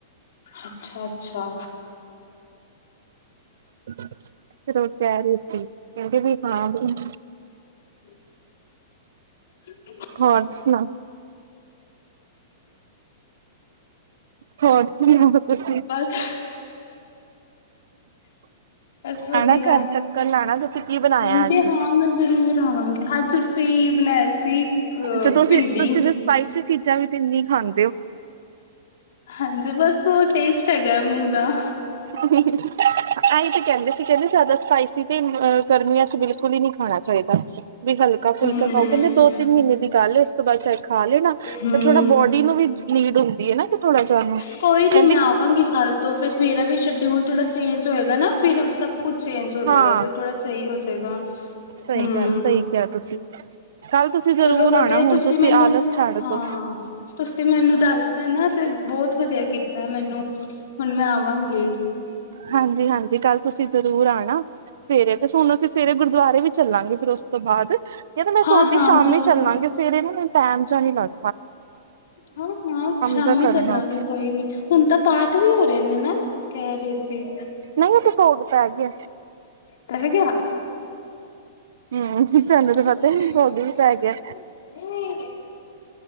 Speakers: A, on the left; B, on the right.
A: ਅੱਛਾ, ਅੱਛਾ।
B: ਫਿਰ ਉਹ ਕਹਿ ਰਹੇ ਸੀ, ਕਹਿੰਦੇ ਵੀ ਹਾਂ ਵੀ
A: ਹ। <unintelligible>
B: ਹੋਰ, ਸੁਣਾਓ? ਹੋਰ ਸੁਣਾਓ, ਤੁਸੀਂ?
A: ਬਸ ਬਸ, ਵਧੀਆ।
B: ਆਣਾ ਘਰ ਚੱਕਰ ਲਾਣਾ ਤੁਸੀਂ ਕੀ ਬਣਾਇਆ
A: ਹਾਂਜੀ,
B: ਅੱਜ
A: ਹਾਂ ਮੈਂ ਜ਼ਰੂਰ ਆਵਾਂਗੀ ਅੱਜ ਅਸੀਂ ਬਣਾਏ ਸੀ ਕ
B: ਤੇ ਤੁਸੀਂ
A: ਭਿੰਡੀ।
B: ਤੁਸੀਂ ਤੇ ਸਪਾਈਸੀ ਚੀਜ਼ਾਂ ਵੀ ਤੇ ਇੰਨੀ ਖਾਂਦੇ ਹੋ।
A: ਹਾਂਜੀ, ਬਸ ਉਹ ਟੇਸਟ ਹੈਗਾ ਮੂੰਹ ਦਾ।
B: ਅਏਂ ਤੇ ਕਹਿੰਦੇ ਸੀ, ਕਹਿੰਦੇ ਜਿਆਦਾ ਸਪਾਈਸੀ ਤੇ ਅ ਗਰਮੀਆਂ ਚ ਬਿਲਕੁਲ ਹੀ ਨਹੀਂ ਖਾਣਾ ਚਾਹੀਦਾ ਵੀ ਹਲਕਾ ਫੁਲਕਾ
A: ਹੂੰ
B: ਖਾਓ ਕਹਿੰਦੇ ਦੋ ਤਿੰਨ ਮਹੀਨੇ ਦੀ ਗੱਲ ਹੈ ਤੋਂ ਬਾਅਦ ਸ਼ਾਇਦ ਖਾ ਲੈਣਾ
A: ਹੂੰ
B: ਪਰ ਥੋੜਾ ਬੋਡੀ ਨੂੰ ਵੀ ਨੀਡ ਹੁੰਦੀ ਹੈ ਨਾ ਕਿ ਥੋੜਾ ਜਾੂੰ ਕਹਿੰਦੇ
A: ਕੋਈ ਨੀ ਮੈਂ ਆਵਾਂਗੀ ਕੱਲ ਤੋਂ ਫੇਿਰ ਮੇਰਾ ਵੀ ਸ਼ਡਿਊਲ ਥੋੜਾ ਚੇਂਜ ਹੋਏਗਾ ਨਾ। ਫਿਰ ਸਭ ਕੁਛ ਚੇਂਜ ਹੋ ਜਾਏਗਾ
B: ਹਾਂ
A: ਫਿਰ ਥੋੜਾ ਸਹੀ ਹੋ ਜਾਏਗਾ।
B: ਸਹੀ
A: ਹਮ
B: ਗੱਲ, ਸਹੀ ਕਿਹਾ ਤੁਸੀਂ ਕੱਲ ਤੁਸੀਂ ਜਰੂਰ
A: ਚਲੋ ਵਧੀਆ
B: ਆਣਾ ਹੁਣ ਤੁਸੀਂ
A: ਮੈਨੂੰ
B: ਆਲਸ ਛੱਡ
A: ਹਾਂ,
B: ਦੋ।
A: ਤੁਸੀਂ ਮੈਨੂੰ ਦੱਸਤਾ ਨਾ ਤੇ ਬਹੁਤ ਵਧੀਆ ਕੀਤਾ ਮੈਨੂੰ ਹੁਣ, ਮੈਂ ਆਵਾਂਗੀ।
B: ਹਾਂਜੀ, ਹਾਂਜੀ ਕੱਲ ਤੁਸੀਂ ਜ਼ਰੂਰ ਆਣਾ ਸਵੇਰੇ ਤੇ ਹੁਣ ਅਸੀਂ ਰੇ ਗੁਰਦੁਆਰੇ ਵੀ ਚੱਲਾਂਗੇ ਫੇਿਰ ਉਸ ਤੋਂ ਬਾਅਦ ਯਾ ਤਾ ਮੈਂ ਸੋਚਦੀ
A: ਹਾਂ ਹਾਂ
B: ਸ਼ਾਮੀ
A: ਜ਼ਰੂਰ
B: ਚੱਲਾਂਗੇ ਸਵੇਰੇ ਨਾ ਮੈਨੂੰ ਟਾਈਮ ਜਾ ਨੀ ਲੱ
A: ਹਾਂ, ਹਾਂ ਸ਼ਾਮੀ
B: ਜਾ
A: ਚੱਲਾਂਗੇ
B: ਕਰਨਾ
A: ਕੋਈ ਨੀ ਹੁਣ ਤਾਂ ਪਾਠ ਵੀ ਹੋ ਰਹੇ ਨੇ ਨਾ? ਕਹਿ ਰਹੇ ਸੀ
B: ਨਹੀਂ, ਉਹ ਤੇੇ ਭੋਗ ਪੈ ਗਿਆ।
A: ਪਹਿ ਗਿਆ।
B: ਹਮ
A: <unintelligible>
B: ਤੁਹਾਨੂੰ ਤਾਂ ਪਤਾ ਨੀ ਭੋਗ ਵੀ ਪੈ ਗਿਆ